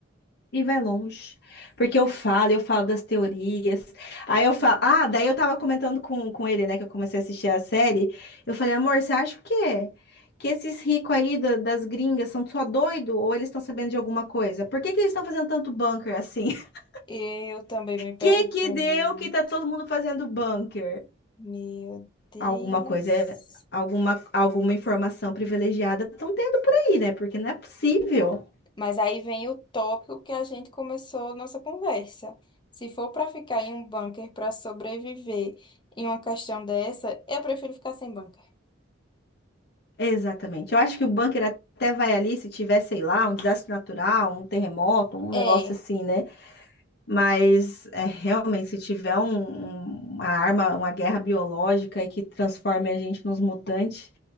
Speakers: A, on the left (about 55°); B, on the left (about 25°).
A: E vai longe. Porque eu falo, eu falo das teorias. Aí eu falo. Ah, daí eu tava comentando com, com ele, né? Que eu comecei a assistir a série. Eu falei, amor, você acha o quê? Que esses ricos aí da- das gringas são só doido ou eles estão sabendo de alguma coisa? Por que que eles estão fazendo tanto bunker assim? <laughs>
B: Eu também me pergunto,
A: Que que deu que tá todo mundo fazendo bunker?
B: meu Deus.
A: Alguma coisa, alguma, alguma informação privilegiada estão tendo por aí, né? Porque não é possível.
B: Mas aí vem o tópico que a gente começou nossa conversa. Se for para ficar em um bunker para sobreviver em uma questão dessa, eu prefiro ficar sem bunker.
A: Exatamente. Eu acho que o bunker até vai ali se tiver, sei lá, um desastre natural, um terremoto, um
B: É,
A: negócio assim, né? Mas é, realmente, se tiver um- um- uma arma, uma guerra biológica e que transforme a gente nos mutantes,